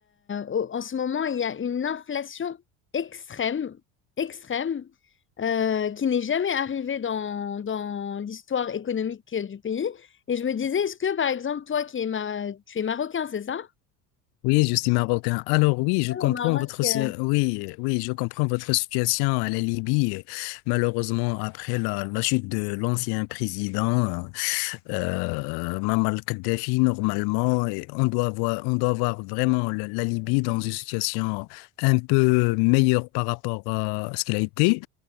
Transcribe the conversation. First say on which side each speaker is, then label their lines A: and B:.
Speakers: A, on the left (about 30°); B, on the left (about 70°).
A: au- en ce moment, il y a une inflation extrême, extrême, euh, qui n'est jamais arrivée dans, dans l'histoire économique du pays. Et je me disais, est-ce que, par exemple, toi qui es, ma... tu es marocain, c'est ça?
B: Oui, je suis marocain. Alors oui, je comprends
A: Au Maroc.
B: votre si-
A: euh,
B: oui, euh, oui, je comprends votre situation à la Libye. Malheureusement, après la, la chute de l'ancien président euh, Muammar Kadhafi, normalement, et on doit voir on doit voir vraiment le- la Libye dans une situation un peu meilleure par rapport à ce qu'elle a été.